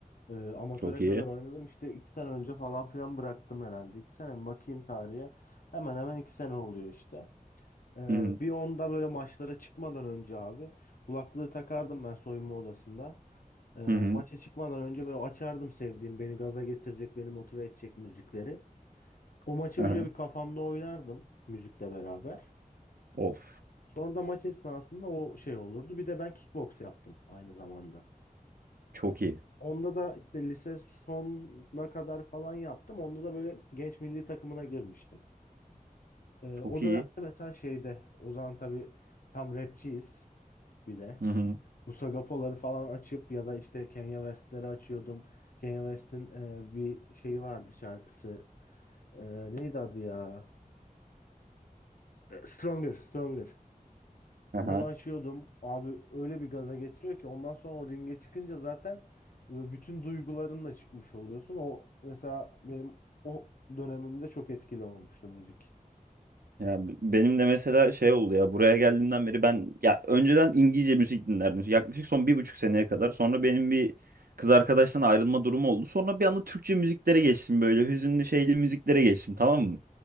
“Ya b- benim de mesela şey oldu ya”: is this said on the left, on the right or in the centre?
Right